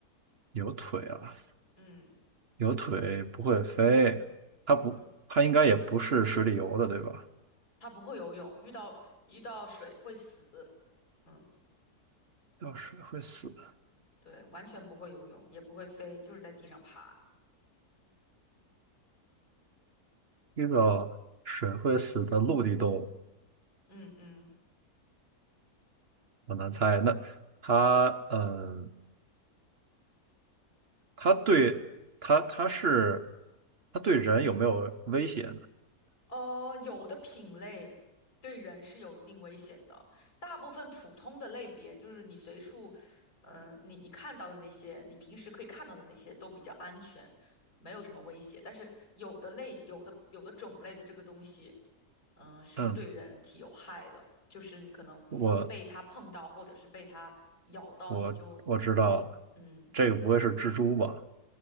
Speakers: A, on the right; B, on the left.
A: 有腿啊，
B: 嗯
A: 有腿不会飞。它不，
B: 嗯，
A: 它应该也不是水里游的，对吧？
B: 它不会游泳，遇到遇到水会死，嗯，
A: 掉水会死的，
B: 对，完全不会游泳，也不会飞，就是在地上爬，
A: 遇到水会死的陆地动物，
B: 嗯嗯。
A: 我难猜。那它，嗯。它对它它是它对人有没有威胁呢？
B: 哦，有的品类对人是有一定危险的，大部分普通的类别，就是你随处，嗯、你你看到的那些，你平时可以看到的那些都比较安全，没有什么威胁。但是有的类，有的有的种类的这个东西，嗯、是对人体有害的，
A: 嗯，
B: 就是你可能被它碰到，
A: 我
B: 或者是被它咬到，
A: 我我知道了，
B: 你就，嗯，
A: 这个不会是蜘蛛吧？